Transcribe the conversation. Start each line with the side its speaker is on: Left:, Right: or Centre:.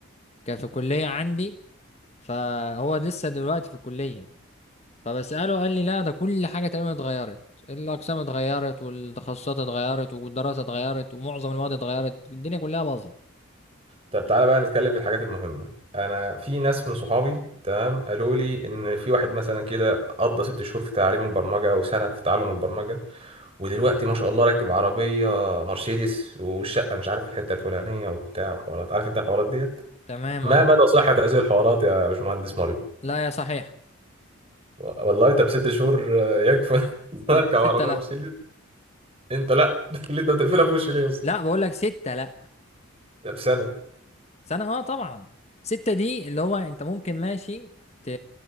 Left: كان في كلية عندي فهو لسه دلوقتي في الكلية فبسأله قال لي لا ده كل حاجة تقريبا اتغيرت الأقسام اتغيرت والتخصصات اتغيرت والدراسة اتغيرت ومعظم المواد اتغيرت الدنيا كلها باظت
Right: طب تعالى بقى نتكلم في الحاجات المهمة انا في ناس من صحابي تمام قالوا لي ان في واحد مثلا كده قضى ست شهور في تعليم البرمجة او سنة في تعلم البرمجة ودلوقتي ما شاء الله راكب عربية مرسيدس والشقة مش عارف في الحتة الفلانية وبتاع وحوارات عارف انت الحوارات ديت
Left: تمام
Right: ما
Left: اه
Right: مدى صحة هذه الحوارات يا باشمهندس مريض
Left: لا يا صحيح
Right: و- والله طب ست شهور آه، يكفي <laughs> اركب
Left: لا ستة
Right: عربية
Left: لا
Right: مرسيدس انت لا <laughs> اللي انت بتقفلها في وشي ليه يا اسطى
Left: لا بقول لك ستة لا
Right: طب سنة
Left: سنة اه طبعا ستة دي اللي هو انت ممكن ماشي ت...